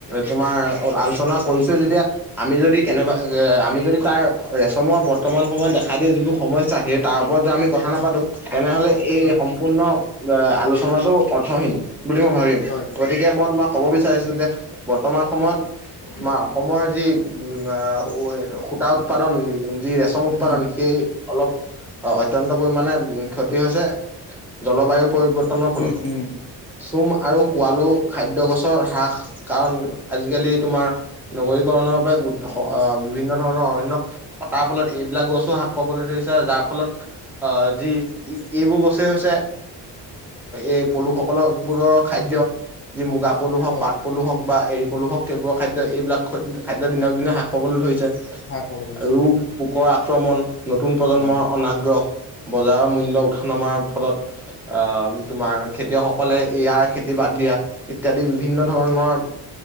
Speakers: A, in the centre; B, on the left.
A: তোমাৰ আলোচনা কৰিছোঁ যেতিয়া আমি যদি কেনেবা এ আমি যদি তাৰ ৰেচমৰ বৰ্তমান সময়ত দেখা দিয়ে যিবোৰ সমস্যা সেই তাৰ ওপৰত যদি আমি কথা নাপাতো তেনেহ'লে এই
B: হয়
A: সম্পূৰ্ণ আলোচনাটো অৰ্থহীন বুলি মই ভাবিম।
B: হয়।
A: গতিকে মই তোমাক ক'ব বিচাৰিছো যে বৰ্তমান সময়ত আমাৰ অসমৰ যি উম, উ, সূতা উৎপাদন যি ৰেচম উৎপাদন
B: উম
A: সেই অলপ অ', অত্যন্ত পৰিমাণে ক্ষতি হৈছে জলবায়ু পৰিৱৰ্ত <unintelligible>
B: উম উম
A: আৰু শোৱালো খাদ্য গছৰ হ্ৰাস কাৰণ আজিকালি তোমাৰ নগৰীকৰণৰ বাবে দশ আ, বিভিন্ন ধৰণৰ অন্য তাৰ ফলত এইবিলাক গছো হ্ৰাস পাবলৈ ধৰিছে আৰু যাৰ ফলত অ', যি এইবোৰ গছে হৈছে এই পলুসকল বোৰক খাদ্য যি মূগা পলু হওঁক
B: হয়
A: পাট পলু হওঁক বা এৰি পলু হওঁক সেইবোৰ খাদ্য এইবিলাক খ খাদ্য দিনক দিনে হ্ৰাস পাবলৈ ধৰিছে,
B: ভাল খবৰ দিছে।
A: ৰোগ পোকৰ আক্ৰমণ নতুন প্ৰজন্মৰ
B: হয়।
A: অনাগ্ৰহ বজাৰৰ মূল্য উঠা নমাৰ ফলত অহ, তোমাৰ খেতিয়কসকলে ইয়াৰ খেতি বাতি আ ইত্যাদি বিভিন্ন ধৰণৰ